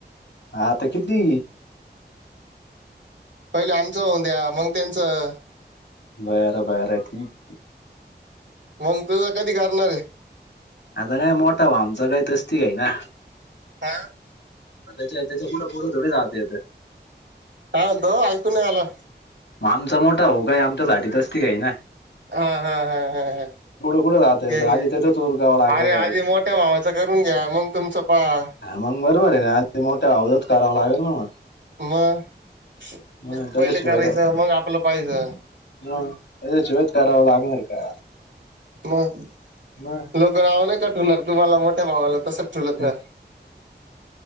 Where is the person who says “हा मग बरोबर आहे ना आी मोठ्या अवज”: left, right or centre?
Left